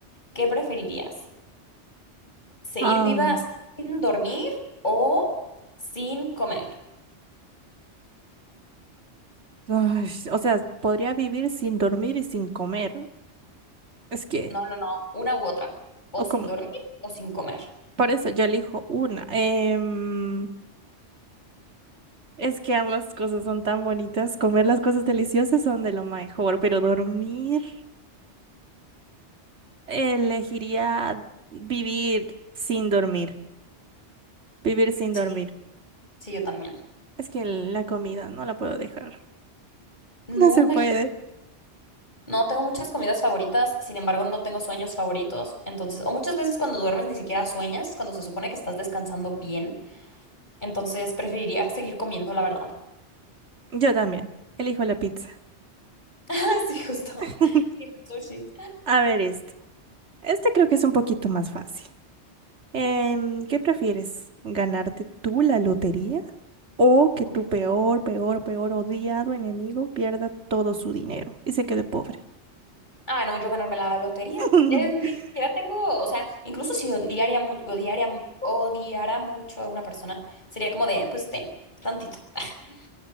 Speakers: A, on the left; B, on the right.
A: ¿qué preferirías? seguir
B: Am,
A: viva sin dormir o sin comer.
B: ay, o sea, podría vivir sin dormir y sin comer. Es que,
A: No, no, no, una u otra. O
B: o
A: sin
B: como
A: dormir o sin comer.
B: Por eso yo elijo una. Em, es que ambas cosas son tan bonitas. Comer las cosas deliciosas son de lo mejor, pero dormir, elegiría vivir sin dormir. Vivir sin
A: Sí,
B: dormir.
A: sí, yo también.
B: Es que la comida no la puedo dejar.
A: No,
B: <laughs> No se
A: imagino.
B: puede.
A: No, tengo muchas comidas favoritas, sin embargo, no tengo sueños favoritos. Entonces, o muchas veces cuando duermes ni siquiera sueñas, cuando se supone que estás descansando bien. Entonces, preferiría seguir comiendo, la verdad.
B: Yo también. Elijo la pizza.
A: <laughs> Sí, justo.
B: <laughs>
A: Y sushi.
B: A ver este. Este creo que es un poquito más fácil. Em, ¿qué prefieres? ¿Ganarte tú la lotería? o que
A: Ok.
B: tu peor, peor, peor odiado enemigo pierda todo su dinero y se quede pobre.
A: Ah, no, yo ganarme la lotería.
B: <laughs>
A: Eh, ni siquiera tengo, o sea, incluso si odiaría, mu- odiaría, mu- odiara mucho a una persona, sería como de, pues ten, tantito. <laughs>